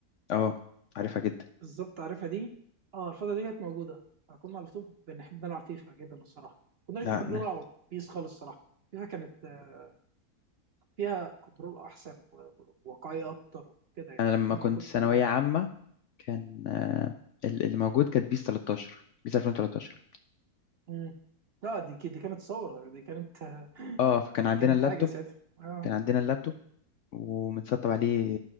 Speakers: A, on the left; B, on the right.
A: اه عارفها جدا
B: بالظبط عارفها دي اه الفترة دي كانت موجودة فكنا على طول بنحب نلعب فيفا جدا الصراحة كناش
A: لا
B: بنحب
A: انا
B: نلعب بيس خالص الصراحة فيفا كانت آه، فيها كنترول احسن و- و- وواقعية اكتر وكده يعني
A: أنا لما
B: كنا
A: كنت
B: على طول
A: ثانويه
B: بنحب نلعب فيفا
A: عامه كان آه، ال- اللي موجود كانت بيس 13 بيس 2013
B: مم. لا دي دي كانت ثورة دي كانت <laughs>
A: اه فكان عندنا
B: دي كانت
A: اللابتوب
B: حاجة ساعتها اه
A: كان عندنا اللابتوب ومتسطب عليه